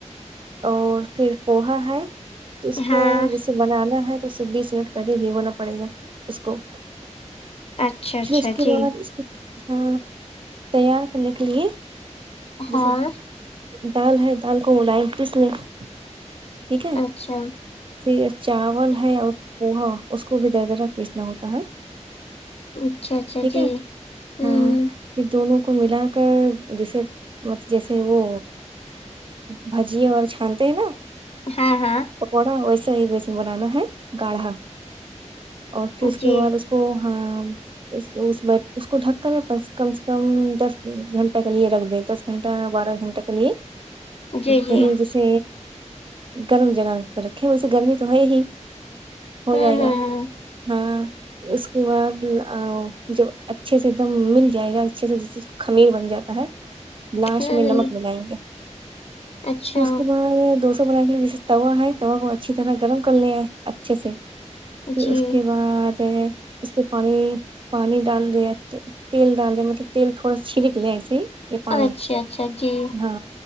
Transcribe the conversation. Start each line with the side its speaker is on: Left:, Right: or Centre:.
Right: اور پھر پوہا ہے اس
Left: ہاں
Right: کو جیسے بنانا ہے تو اس سے بیس منٹ پہلے نہیں بھیگونا پڑے گا اس کو
Left: اچھا اچھا
Right: پھر اس کے
Left: جی
Right: بعد اس ہوں تیار کرنے کے لیے
Left: ہاں
Right: جیسے دال ہے دال کو ملائ پس نے ٹھیک ہے
Left: اچھا
Right: پھر چاول ہے اور پوہا اس کو بھی دردرک پیسنا ہوتا ہے
Left: اچھا اچھا
Right: ٹھیک
Left: جی
Right: ہے
Left: ہوں
Right: ہاں پھر دونوں کو ملا کر جیسے م جیسے وہ بھجیے اور چھانتے ہیں نا
Left: ہاں ہاں
Right: پکوڑا ویسا ہی بیسن بنانا ہے گاڑھا اور پھر اس
Left: جی
Right: کے بعد اس کو ہاں اس کو اس میں اس کو ڈھک کر کم سے کم دس گھنٹہ کے لیے رکھ دیں دس گھنٹہ بارہ گھنٹہ کے لیے
Left: جی جی
Right: کہیں جیسے گرم جگہ پر رکھے ویسے گرمی تو ہے ہی ہو
Left: ہوں
Right: جائے گا
Left: ہوں
Right: ہاں اس کے بعد جب اچھے سے دم مل جائے گا اچھے سے جب خمیل بن جاتا ہے لاشٹ
Left: ہ ہوں
Right: میں
Left: ہوں
Right: نمک ملائیں گے
Left: اچھا
Right: پھر اس کے بعد اس کو بنانے جیسے توا ہے توا کو اچھی طرح گرم کر لیے اچھے سے پھر
Left: جی
Right: اس کے بعد ہے اس پے پانی پانی ڈال دیا تیل ڈال دے مطلب تیل تھوڑا چھینک لے ایسے ہی یے پانی
Left: اچھا اچھا جی
Right: ہاں